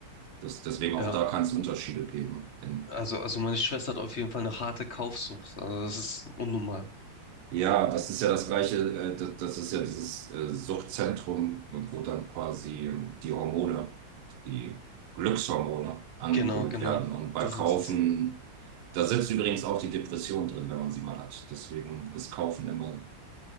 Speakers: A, on the right (about 80°); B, on the left (about 45°).
A: Das, deswegen
B: ja.
A: auch da kann es Unterschiede geben. In,
B: Also, also meine Schwester hat auf jeden Fall eine harte Kaufsucht. Also das ist unnormal.
A: Ja, das ist ja das Gleiche, äh, das, das ist ja dieses äh, Suchtzentrum, wo dann quasi ähm, die Hormone, die Glückshormone angekurbelt
B: Genau, genau.
A: werden. Und bei
B: Das
A: Kaufen,
B: ist es.
A: da sitzt übrigens auch die Depression drin, wenn man sie mal hat. Deswegen ist Kaufen immer